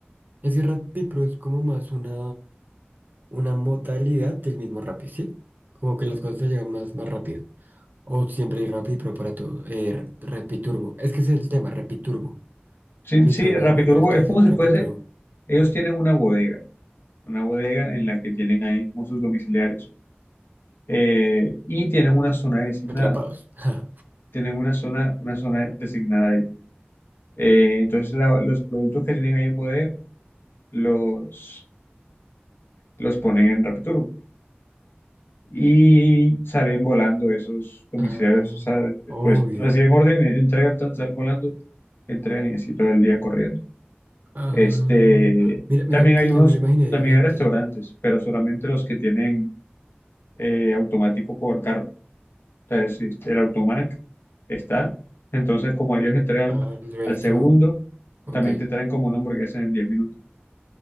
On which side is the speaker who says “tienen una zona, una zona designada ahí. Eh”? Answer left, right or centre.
Left